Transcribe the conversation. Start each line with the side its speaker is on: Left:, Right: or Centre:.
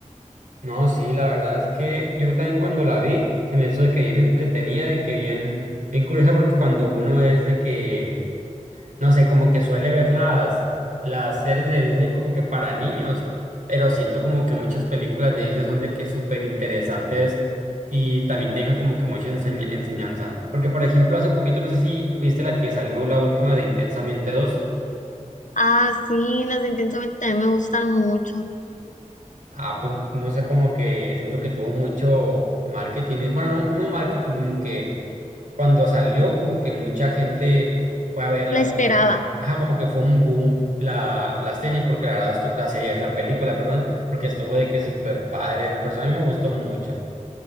Right: No, sí, la verdad es que yo también cuando la vi se me hizo de que bien entretenida, de que bien, bien curiosa, porque cuando uno es de que, no sé, como que suele ver las, las series de Disney como que para niños, pero siento como que muchas películas de Disney son de que súper interesantes y también te dejan como que mucha enseña- enseñanza. Porque, por ejemplo, hace poquito, no sé si viste la que salió la última de Intensamente dos
Left: Ah, sí, las de Intensamente también me gustan mucho.
Right: Ah, pues no sé, como que siento que tuvo mucho marketing, eh, bueno, no, no marketing, como que cuando salió, como que mucha gente fue a verla.
Left: La esperaba.
Right: pues, como que- ajá, como que fue un boom la, la serie, porque la verdad, estu- la serie es la película, perdón, porque estuvo de que súper padre. No, persona a mí me gustó mucho.